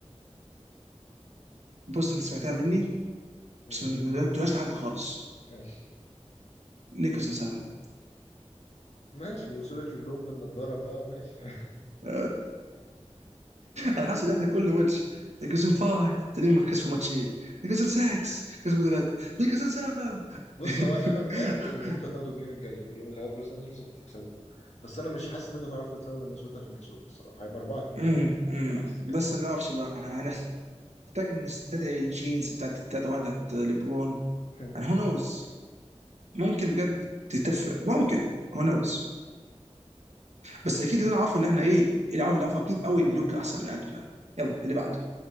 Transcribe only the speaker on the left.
مم.
ماشي
ماشي وصورة لبرون بالنضاره بقى ماشي <laughs>
بص هو انا
متاكد ان انتوا هتاخدوا الجيم الجاي الجيم اللي هو في لوس انجلوس انتوا هتكسبوه بس انا مش حاسس ان انتوا هتعرفوا تكسبوا من مينيسوتا في مينيسوتا الصراحه هيبقى 4 2
انا حاسس
كده الصراحه
<laughs>
هنشوف